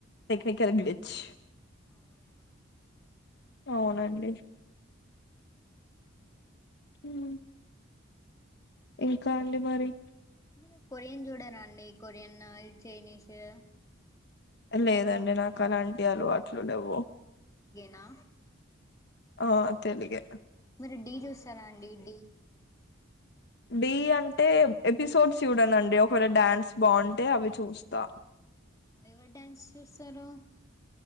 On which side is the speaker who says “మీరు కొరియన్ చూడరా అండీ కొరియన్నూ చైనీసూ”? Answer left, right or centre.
Left